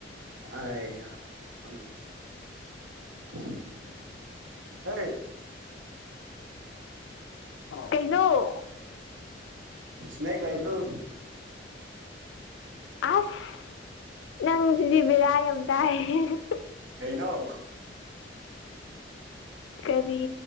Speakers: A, on the right; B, on the left.
A: ꯑ ꯍ
B: ꯀꯩꯅꯩꯅꯣ
A: ꯁ꯭ꯅꯦꯛ ꯂꯥꯏꯕ꯭ꯔꯣ
B: ꯑꯁ ꯅꯪ ꯁꯤꯗꯤꯕꯤꯔꯏ ꯑꯃꯇꯥꯏ ꯍ
A: ꯑꯩꯩꯅꯣ
B: ꯀꯔꯤ